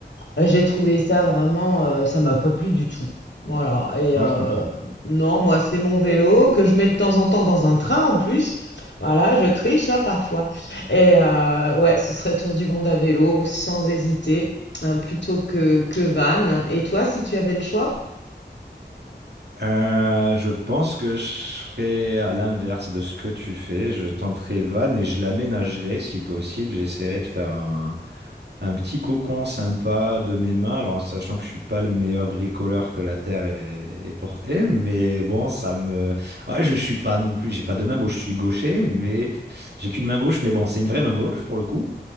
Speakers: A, on the left; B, on the right.
A: euh, J'ai trouvé ça vraiment, euh, ça m'a pas plu du tout. Voilà. Et
B: Moi,
A: euh,
B: je comprends.
A: non, moi, c'est mon vélo que je mets de temps en temps dans un train en plus. Voilà, je triche hein, parfois. Et euh, ouais, ce serait tour du monde à vélo, sans hésiter, hein, plutôt que, que van. Et toi, si tu avais le choix?
B: Euh, je pense que je serais à l'inverse de ce que tu fais. Je tenterai van et je l'aménagerai si possible. J'essaierai de faire un Un petit cocon sympa de mes mains, alors en sachant que je suis pas le meilleur bricoleur que la terre ait, ait porté, mais bon, ça me, ouais, je suis pas non plus, j'ai pas de main gauche, je suis gaucher, mais j'ai qu'une main gauche, mais bon, c'est une vraie main gauche pour le coup.